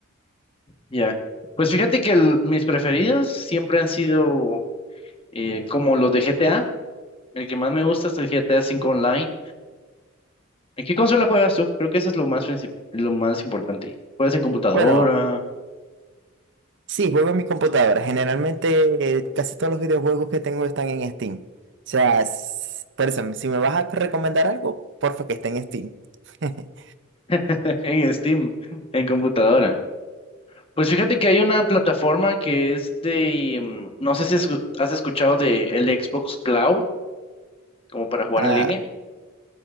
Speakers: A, on the left; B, on the right.
A: Ya. Pues fíjate que el- mis preferidos siempre han sido eh, como los de GTA. El que más me gusta es el GTA cinco Online. ¿En qué consola juegas tú? Creo que eso es lo más princip- lo más importante. ¿Juegas en computadora?
B: Bueno, sí, juego en mi computadora. Generalmente eh, casi todos los videojuegos que tengo están en Steam. O sea, s- por eso, si me vas a recomendar algo, porfa que esté en Steam. <laughs>
A: <laughs> En Steam, en computadora. Pues fíjate que hay una plataforma que es de, mm, no sé si es- has escuchado de el Xbox Cloud, como para jugar
B: Ah.
A: en línea.